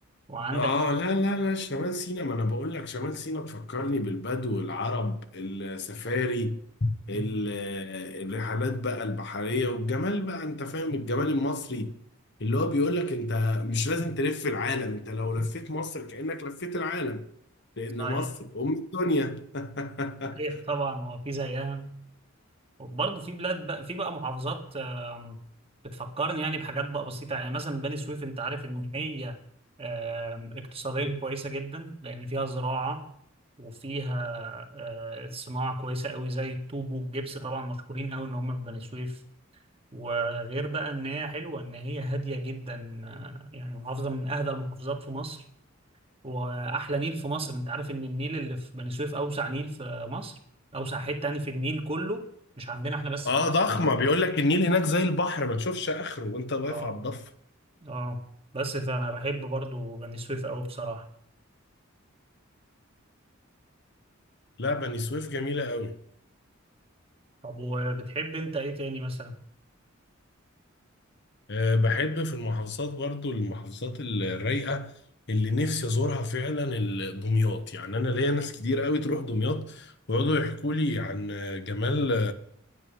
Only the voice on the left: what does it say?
اه لا لا لا شمال سيناء ما انا بقول لك شمال سيناء تفكرني بالبدو العرب السفاري ال-
الرحلات بقى البحرية والجمال بقى انت فاهم الجمال المصري اللي هو بيقول لك انت مش لازم تلف العالم انت لو لفيت مصر كأنك لفيت العالم لأن
مصر أم الدنيا
<laughs>
اه
ضخمة
بيقول لك النيل هناك زي البحر ما تشوفش آخره وانت واقف
على الضفة
لا بني سويف جميلة قوي
أه بحب في المحافظات برضو المحافظات الرايقة اللي نفسي أزورها فعلا ال- دمياط يعني أنا ليا ناس كتير قوي تروح دمياط ويقعدوا يحكوا لي عن جمال